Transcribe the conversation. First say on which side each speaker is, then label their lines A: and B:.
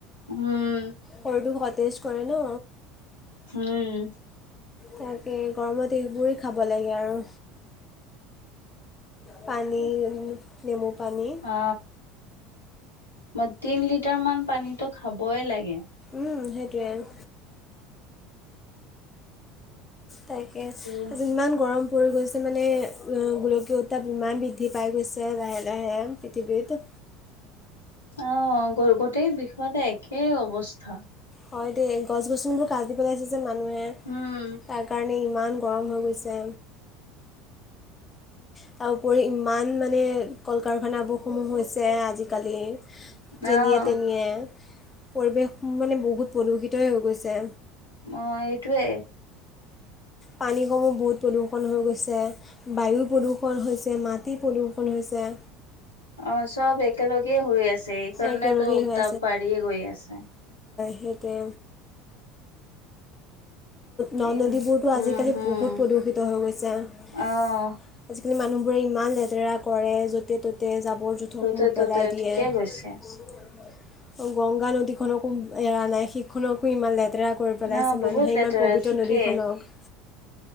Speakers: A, on the left; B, on the left.
A: উম
B: সৰুটোক সতেজ কৰে ন
A: হম
B: তকে গৰমত এইবোৰেই খাব লাগে আৰু পানী নেমু পানী
A: অ মই তিন লিটাৰ মান পানীতো খাবই লাগে
B: সেইটোৱে আৰু তাকে আজি
A: আৰু
B: ইমান গৰম পৰি গৈছে মানে গোলকীয়তা বিমান বৃদ্ধি পাই গৈছে লাহে লাহে পৃথিৱীত
A: অ', গ, গোটেই বিষয়তে একে অৱস্থা।
B: হয় দে গছ গছনিবোৰ কাটি পেলাইছে যে মানুহে
A: উম।
B: তাৰ কাৰণে ইমান গৰম হৈ গৈছে। তাৰ উপৰি ইমান মানে কল কাৰখানাবোৰসমূহ হৈছে আজিকালি
A: অ',
B: যেনিয়ে তেনিয়ে পৰিৱেশ মানে বহুত প্ৰদূষিতই হৈ গৈছে।
A: অ', এইটোৱে।
B: পানীসমূহ বহুত প্ৰদূষণ হৈ গৈছে, বায়ু প্ৰদূষণ হৈছে, মাটি প্ৰদূষণ হৈছে। চে।
A: অ', চব একেলগে হৈ আছে এইকাৰণেতো
B: একেলগেই
A: উত্তাপ
B: হৈ
A: বাঢ়িয়ে গৈ আছে।
B: সেইতোৱে। ন
A: এম
B: নদীবোৰতো আজিকালি
A: উম, হুম।
B: বহুত প্ৰদূষিত হৈ গৈছে। আজিকালি
A: অ',
B: মানুহবোৰে ইমান লেতেৰা কৰে য'তে ত'তে জাবৰ জোথকবোৰ
A: ততে ততে
B: পেলাই দিয়ে।
A: ঠিকে কৈছে।
B: গংগা নদীখননকো এৰা নাই সেইখনকো ইমান লেতেৰা কৰি পেলাইছে
A: ন বহুত
B: মানুহ সেই
A: লেতেৰা
B: ইমান পবিত্ৰ
A: ঠিকে।
B: নদীখনক।